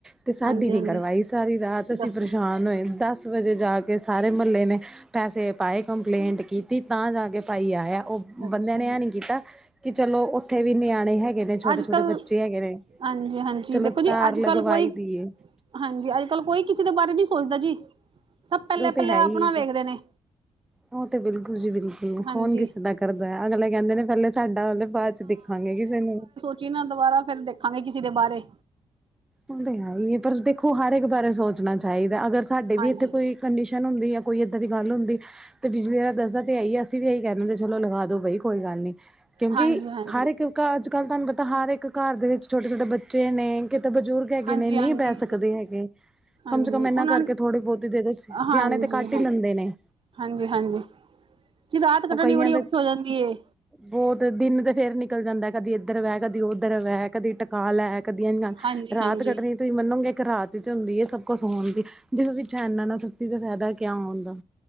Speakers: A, in the centre; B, on the right.
A: ਤੇ ਸਾਡੀ
B: ਹਾਂਜੀ
A: ਨੀ
B: ਹਾਂਜੀ
A: ਕਰਵਾਈ ਸਾਰੀ ਰਾਤ ਅਸੀਂ
B: ਦੱਸੋ
A: ਪਰੇਸ਼ਾਨ ਹੋਏ ਦਸ ਵਜੇ ਜਾ ਕੇ ਸਾਰੇ ਮਹੱਲੇ ਨੇ ਪਸੇ ਪਾਏ ਕੰਪਲੇਂਟ ਕੀਤੀ ਤਾਂ ਜਾ ਕੇ ਭਾਈ ਆਇਆ ਉਹ
B: ਅੱਛਾ
A: ਬੰਦਿਆਂ ਨੇ ਹੈ
B: ਜੀ
A: ਨਹੀਂ ਕੀਤਾ ਕਿ ਚਲੋ ਉੱਥੇ ਵੀ ਨਿਆਣੇ ਹੈਗੇ ਹੈਗੇ ਨੇ ਛੋਟੇ
B: ਅੱਜ
A: ਛੋਟੇ
B: ਕੱਲ
A: ਬੱਚੇ ਹੈਗੇ ਨੇ
B: ਹਾਂਜੀ ਹਾਂਜੀ
A: ਚਲੋ
B: ਦੇਖੋ ਜੀ
A: ਧਾਰ
B: ਅੱਜ
A: ਲਗਵਾਈ
B: ਕੱਲ ਕੋਈ
A: ਦੀਏ
B: ਹਾਂਜੀ ਅੱਜ ਕੱਲ ਕੋਈ ਕਿਸੇ ਦੇ ਬਾਰੇ ਨਹੀਂ ਸੋਚਦਾ ਜੀ ਸਭ ਪਹਿਲੇ
A: ਉਹ ਤੇ
B: ਪਹਿਲੇ
A: ਹੈ ਹੀ
B: ਆਪਣਾ
A: ਜੀ
B: ਵੇਖਦੇ ਨੇ
A: ਉਹ ਤੇ ਬਿਲਕੁਲ ਜੀ ਬਿਲਕੁਲ
B: ਹਾਂਜੀ
A: ਕੌਣ ਕਿਸੇ ਦਾ ਕਰਦਾ ਅਗਲੇ ਕਹਿੰਦੇ ਨੇ ਪਹਿਲੇ ਸਾਡਾ ਹੁੰਦਾ ਦੇ ਬਾਅਦ ਚ ਦੇਖਾਂਗੇ ਕਿਸੇ ਨੂੰ
B: ਚੀਨਾ ਦੁਬਾਰਾ ਫਿਰ ਦੇਖਾਂਗੇ ਕਿਸੇ ਦੇ ਬਾਰੇ
A: ਉਹ ਤਾਂ ਹੈ ਹੀ ਹੈ ਪਰ ਦੇਖੋ ਹਰ ਇੱਕ ਬਾਰੇ ਸੋਚਣਾ ਚਾਹੀਦਾ ਅਗਰ ਸਾਡੇ ਵੀ
B: ਹਾਂਜੀ
A: ਇੱਥੇ ਕੋਈ ਕੰਡੀਸ਼ਨ ਹੁੰਦੀ ਹੈ। ਕੋਈ ਇੱਦਾਂ ਦੀ ਗੱਲ ਹੁੰਦੀ ਤੇ ਬਿਜਲੀ ਦੱਸਾਂ ਤੇ ਆਈਏ ਅਸੀਂ ਵੀ ਇਹੀ ਕਹਿੰਦੇ ਹੁੰਦੇ ਚਲੋ ਲਗਾ ਦੋ ਬਈ ਕੋਈ ਗੱਲ ਨੀ ਕਹਿੰਦੀ
B: ਹਾਂਜੀ ਹਾਂਜੀ
A: ਹਰ ਇੱਕ ਘਰ ਅੱਜ ਕੱਲ ਤੁਹਾਨੂੰ ਪਤਾ ਹਰ ਇੱਕ ਘਰ ਦੇ ਵਿੱਚ ਛੋਟੇ ਛੋਟੇ ਬੱਚੇ ਨੇ ਕਿਤੇ ਬਜ਼ੁਰਗ ਹੈਗੇ
B: ਹਾਂਜੀ
A: ਨੇ ਨਹੀਂ
B: ਹਾਂਜੀ
A: ਬਹਿ ਸਕਦੇ ਹੈਗੇ
B: ਹਾਂਜੀ
A: ਕਮ ਸੇ ਕਮ ਇਹਨਾਂ
B: ਉਹਨਾਂ
A: ਕਰਕੇ ਥੋੜੀ ਬਹੁਤੀ ਹੀ ਦੇ ਦ ਸਿਆਣੇ
B: ਹਾਂਜੀ
A: ਤੇ ਕੱਟ ਹੀ
B: ਹਾਂਜੀ
A: ਲੈਂਦੇ ਨੇ
B: ਹਾਂਜੀ ਹਾਂਜੀ ਚ ਰਾਤ ਕੱਢਣੀ
A: ਉਹ ਕਈਆਂ
B: ਬੜੀ
A: ਦੇ
B: ਔਖੀ ਹੋ ਜਾਂਦੀ ਹੈ।
A: ਬਹੁਤ ਦਿਨ ਤੇ ਫਿਰ ਨਿਕਲ ਜਾਂਦਾ ਕਦੀ ਇੱਧਰ ਵੈ ਕਦੀ ਉੱਧਰ ਵੈ ਕਦੀ ਟਕਾ ਲੈ ਕਦੀ
B: ਹਾਂਜੀ
A: ਰਾਤ
B: ਹਾਂਜੀ
A: ਕੱਢਣੀ ਤੁਸੀਂ ਮੰਨੋਗੇ ਇੱਕ ਰਾਤ ਹੀ ਤੇ ਹੁੰਦੀ ਹੈ ਸਭ ਕੁਛ ਸੋਣ ਦੀ ਜਿੰਨਾ ਵਿੱਚ ਇਹਨਾਂ ਨੂੰ ਇਦਾਂ ਫਾਇਦਾ ਕਿਆ ਹੁੰਦਾ